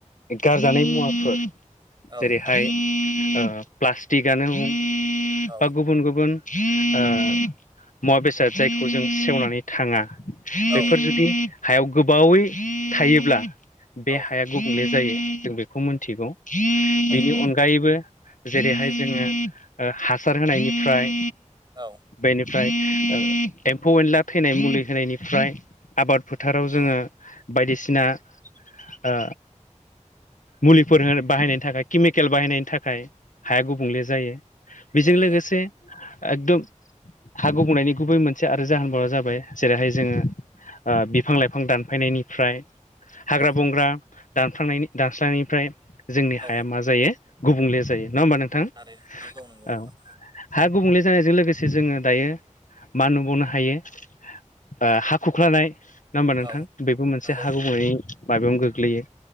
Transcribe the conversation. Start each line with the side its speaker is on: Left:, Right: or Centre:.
Left: गारजानाय मुवाफोर
Right: औ
Left: जेरैहाय
Right: थारैनो औ
Left: ओ प्लास्टिकआनो <unintelligible>
Right: औ
Left: बा गुबुन गुबुन ओ मुवा बेसाद जायखौ जों सेवनानै थाङा। बेफोद
Right: औ
Left: जुदि हायाव गोबावै थायोब्ला बे
Right: औ
Left: हाया गुबुंले जायो। जों बे खौ मोन्थिगौ। बिनि
Right: थारैनो
Left: अनगायैबो जेरैहाय
Right: उम
Left: जोङो ओ हासार होनायनिफ्राय
Right: औ
Left: बेनिफ्राय ओ एम्फौ एनला थैनाय मुलि होनायनिफ्राय आबाद फोथाराव
Right: औ
Left: जोङो बायदिसिना ओ मुलिफोर होन बाहायनायनि थाखाय किमिकेल बाहायनायनि थाखाय हाया गुबुंले जायो। बेजों
Right: थारैनो
Left: लोगोसे एकदम हा गुबुंनायनि गुबै मोनसे आरो जाहोनफोरा जाबाय जेरैहाय जोङो ओ बिफां लाइफां दानफायनायनिफ्राय हाग्रा
Right: औ
Left: बंग्रा दानखांनायनि दानस्रांनायनिफ्राय जोंनि
Right: औ
Left: हाया मा जायो गुबुंले जायो। नङा होमबा नों थां
Right: थारैनो नंगौ नंगौ नोंथां
Left: औ। हा गुबुंले जानायजों लोगोसे जोङो दायो मा नुबावनो हायो ओ हा खुख्लानाय नङा होमबा नोंथां
Right: औ
Left: बेबो मोनसे
Right: नंगौ
Left: हा
Right: नोंथां
Left: गुबुंनायनि माबायावनो गोग्लैयो।